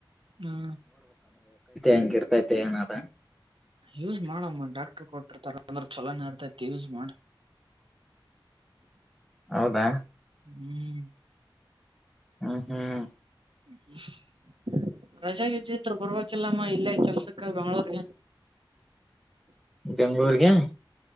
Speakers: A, on the right; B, in the centre.
A: ಹ್ಮ್
B: ಂಗಿರ್ತತನ ಅದ
A: ಯೂಸ್ ಮಾಡಮ್ಮ ಡಾಕ್ಟರ್ ಕೊಟ್ಟಿರ್ತಾರ ಅಂದ್ರೆ ಚಲನೇ ಇರ್ತೈತಿ ತಿವ ಸ ಮಾಡ
B: ಹೌದಾ
A: ಹ್ಮ್
B: ಹ್ಮ್ ಹ್ಮ್
A: ಹ್ಮ ರಜೆೆಗೆ್ದತ್ರ ಬರ್ಬೇಕಕಿಲ್ಲಮ್ಮ ಇಲ್ಲೇ ಕೆಲ್ಸಕ್ಕ ಬೆಂಗ್ಗಳೂರ್ಗೆ
B: ಬೆಂಗ್ಗಳೂರ್ಗೆ